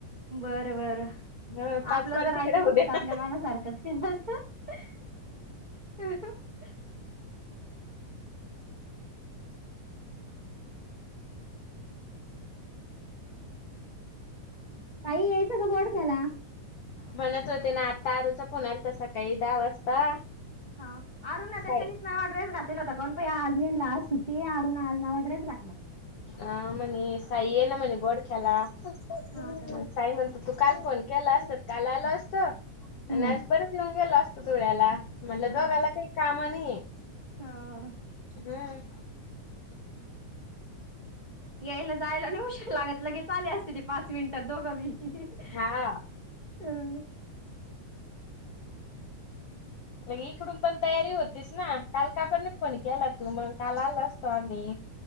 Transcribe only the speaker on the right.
बर बर
आपलं
जर
यकिंग
असत
तर आपल्या मनासारखंच केलं अस.. <unintelligible> काई यायचं का बॉडक्याला..
हा अरु ना
त्याच्यानीच नवा ड्रेस घातलेला होता.. ण पया आजयन ला सुटी अरुण आज नवा ड्रेस घाठला..
हा का?
हम्म.
हा.
हा
यायला जायला नाही उशीर लागत लगे चाले असते ते पाच मिनिटात दोघंवी..
<unintelligible>